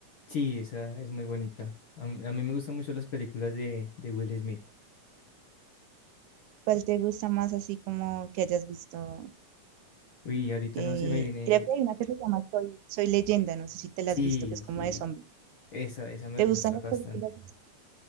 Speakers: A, on the left (about 65°); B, on the right (about 85°).
A: Sí, esa es muy bonita. A, mí a mí me gustan mucho las películas de, de Will Smith.
B: ¿Cuál te gusta más así como que hayas visto?
A: Uy, ahorita
B: Eh,
A: no se me viene.
B: creo que hay una que se llama Soy, Soy Leyenda, no sé si te la
A: Sí,
B: has visto, que es como
A: sí,
B: de zombies.
A: esa, esa me
B: ¿Te gustan
A: gusta
B: las
A: bastante.
B: películas